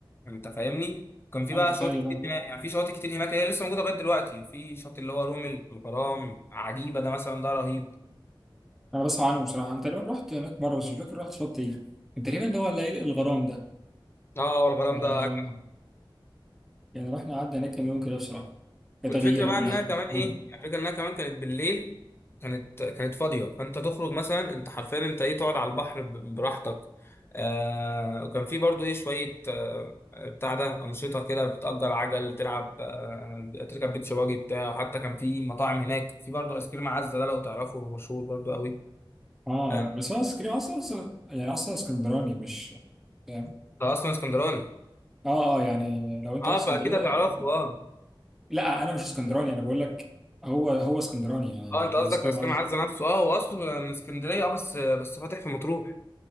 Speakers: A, on the left; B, in the centre.
A: يعني انت فاهمني كان في
B: أنا
A: بقى
B: متخيل
A: شواطئ كتير
B: أه
A: هناك يعني في شواطئ كتير هناك هي لسه موجوده لغايه دلوقتي في شط اللي هو رومل الغرام عجيبه ده مثلا ده رهيب
B: أنا بسمع عنه بصراحة أنا تقريبا رحت هناك مرة بس مش فاكر رحت شط إيه كان تقريبا اللي هو الليل الغرام ده
A: اه والغرام
B: آه
A: ده اجمل
B: يعني رحنا قعدنا هناك كام يوم كده بصراحة كتغيير
A: والفكره بقى
B: لأن
A: انها
B: إحنا
A: كمان ايه
B: قول
A: يعني الفكره انها كمان كانت بالليل كانت كانت فاضيه فانت تخرج مثلا انت حرفيا انت ايه تقعد على البحر ب- براحتك آه وكان في برضو ايه شويه آه بتاع ده انشطه كده بتأجر عجل تلعب آه تركب بيتش باجي بتاع وحتى كان في مطاعم هناك في برضو ايس كريم عزه ده لو تعرفه هو مشهور برضو قوي
B: آه
A: آه
B: بس هو اسكندرية أصلا أصلا يعني أصلا اسكندراني مش فاهم
A: ده اصلا اسكندراني
B: آه آه يعني لو أنت
A: اه
B: رحت اسكندرية
A: فاكيد هتعرفه اه
B: لا أنا مش اسكندراني أنا بقول لك هو هو اسكندراني يعني
A: اه انت
B: الآيس
A: قصدك
B: كريم
A: ايس
B: عايز
A: كريم عزه نفسه اه هو اصله من اسكندريه اه بس بس فاتح في مطروح